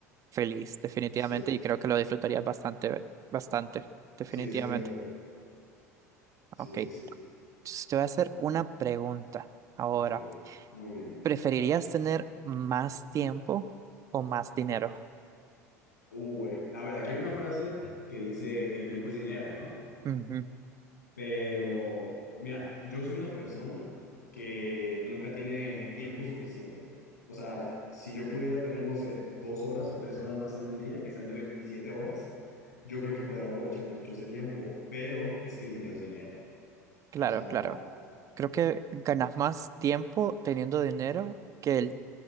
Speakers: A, on the right; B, on the left.
A: feliz, definitivamente,
B: Sí,
A: y creo que lo disfrutarías bastante, bastante, definitivamente.
B: sí, estoy de acuerdo. Sí,
A: Ok,
B: sí, sí.
A: entonces te voy a hacer una pregunta ahora.
B: Ok, muy bien.
A: ¿Preferirías tener más tiempo o más dinero?
B: Uy, a ver, aquí hay una frase que dice, el tiempo es dinero, ¿no?
A: Ujú,
B: Pero, mira, yo soy una persona que nunca tiene tiempo suficiente. O sea, si yo pudiera tener, no sé, dos horas o tres horas más en un día, que sean de 27 horas, yo creo que podría aprovechar mucho ese tiempo. Pero es que dinero es dinero.
A: Claro,
B: O sea,
A: claro. Creo que ganas más tiempo teniendo dinero que el